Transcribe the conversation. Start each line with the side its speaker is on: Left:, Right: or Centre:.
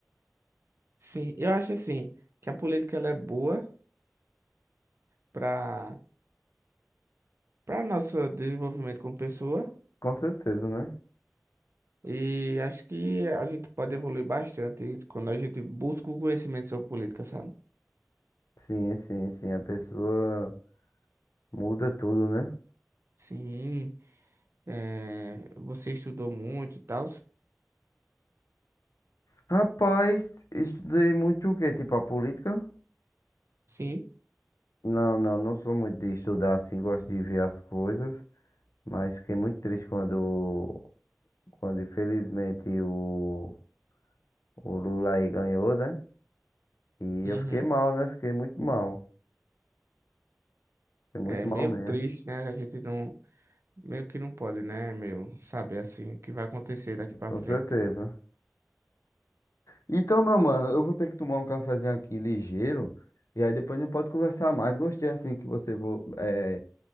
Right: Sim, eu acho assim que a política ela é boa para para nosso desenvolvimento como pessoa
Left: Com certeza, né?
Right: e acho que a gente pode evoluir bastante quando a gente busca o conhecimento sobre política, sabe?
Left: Sim, sim, sim. A pessoa muda tudo, né?
Right: Sim, é, você estudou muito e tal.
Left: Rapaz, estudei muito o quê? Tipo a política?
Right: Sim,
Left: Não, não, não sou muito de estudar assim, gosto de ver as coisas, mas fiquei muito triste quando, quando infelizmente o, o Lula aí ganhou, né? E
Right: Uhum.
Left: eu fiquei mal, né? Fiquei muito mal. Fiquei muito
Right: é
Left: mal
Right: meio
Left: mesmo,
Right: triste, né? A gente não, meio que não pode, né, meu, saber assim o que vai acontecer daqui pra
Left: com
Right: frente.
Left: certeza. Então, meu mano, eu vou ter que tomar um cafezinho aqui ligeiro, e aí depois a gente pode conversar mais. Gostei assim que você vo- eh,